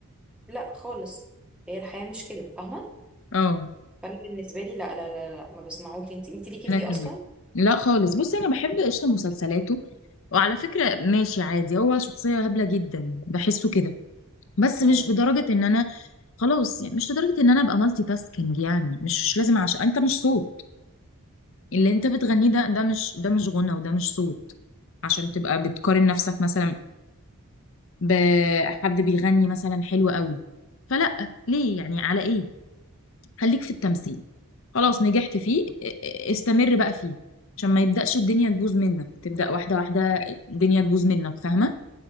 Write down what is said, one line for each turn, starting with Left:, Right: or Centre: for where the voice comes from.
Centre: لا خالص هي الحياة مش كده فاهمة
Left: اه
Centre: فأنا بالنسبة لي لا لا لا, لا ما بسمعوك انت انت ليكي
Left: انا
Centre: فيه
Left: كمان
Centre: أصلا
Left: لا خالص بصي انا بحب قشطه مسلسلاته وعلى فكره ماشي عادي هو شخصيه هبله جدا بحسه كده بس
Centre: امم
Left: مش لدرجه ان انا خلاص يعني مش لدرجه ان انا ابقى مالتي تاسكينج يعني مش لازم عشان انت مش صوت اللي انت بتغنيه ده ده مش ده مش غنى وده مش صوت عشان تبقى بتقارن نفسك مثلا بحد بيغني مثلا حلو قوي فلا ليه يعني على ايه خليك في التمثيل خلاص نجحت فيه ا- ا- استمر بقى فيه عشان ما يبدأش الدنيا تبوظ منك تبدأ واحدة واحدة الدنيا تبوظ منك فاهمة